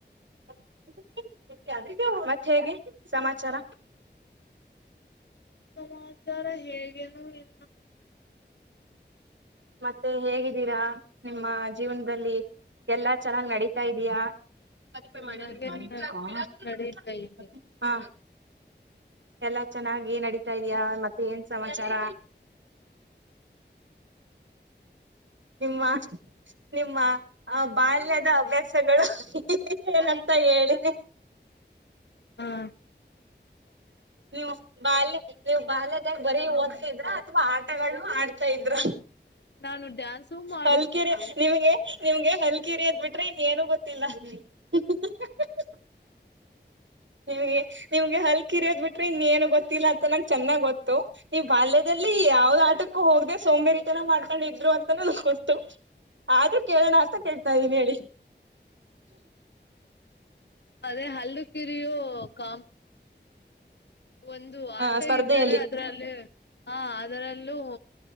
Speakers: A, on the right; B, on the left.
A: <unintelligible> ಮತ್ ಹೇಗೆ ಸಮಾಚಾರ.
B: ಸಮಾಚಾರ ಹೇಗೇನು ಇನ್ನ.
A: ಮತ್ತೆ ಹೇಗಿದ್ದೀರಾ ನಿಮ್ಮ ಜೀವ್ನದಲ್ಲಿ ಎಲ್ಲಾ ಚೆನ್ನಾಗ್ ನಡೀತಾ ಇದ್ಯಾ. <unintelligible>
B: ಚೆನ್ನಾಗೆ ನಡೀತಾ ಇದೆ
A: ಹಾ. ಎಲ್ಲಾ ಚೆನ್ನಾಗಿ ನಡಿತಾ ಇದ್ಯಾ ಮತ್ತೆ ಏನ್ ಸಮಾಚಾರ. ನಿಮ್ಮ ನಿಮ್ಮ ಆ ಬಾಲ್ಯದ ಅಭ್ಯಾಸ ಸಗಳು ಏನಂತ ಹೇಳಿ.
B: ಹಾ.
A: ನೀವು ಬಾಲ್ಯ. ನೀವ್ ಬಾಲ್ಯದಾಗ್ ಬರೀ ಓದ್ತಿದ್ರ ಅಥವಾ ಆಟಗಳನ್ನು ಆಡ್ತಾ ಇದ್ರ.
B: ನಾನು ಡ್ಯಾನ್ಸು ಮಾಡುತ್ತಿದ್ದೆ.
A: ಹಲ್ಕಿರಿ ನಿಮ್ಗೆ ನಿಮ್ಗೆ ಹಲ್ಕಿರಿ ಅದ್ ಬಿಟ್ರೆ ಇನ್ನೇನು ಗೊತ್ತಿಲ್ಲ ಹಃ ಹಃ ಹ ನಿಮ್ಗೆ ನಿಮ್ಗೆ ಹಲ್ಕಿರಿ ಅದ್ ಬಿಟ್ರೆ ಟ್ರೆ ಇನ್ ಏನು ಗೊತ್ತಿಲ್ಲ ಅಂತ ನಂಗ್ ಚೆನ್ನಾಗ್ ಗೊತ್ ತೊ ನೀವ್ ಬಾಲ್ಯದಲ್ ಲ್ಲಿ ಯಾವ್ದ್ ಆಟಕ್ಕೂ ಹೋಗ್ದೆ ಸೋಂಬೇರಿತನ ಮಾಡ್ ಕಂಡಿದ್ರು ಅಂತನು ನಂಗ್ ಗೊತ್ತು. ಆದ್ರೂ ಕೇಳೋಣ ಅಂತ ಕೇಳ್ತಾ ಇದೀನಿ ಹೇಳಿ.
B: ಅದೇ ಹಲ್ಲು ಕಿರಿಯೋ ಕಾಮ್ ಒಂದು ಆಟ
A: ಹ ಸ್ಪರ್ಧೆಯಲ್ಲಿ
B: ಇದ್ದಾರೆ ಅದ್ರಲ್ಲಿ. ಹಾ ಅದರಲ್ ಲು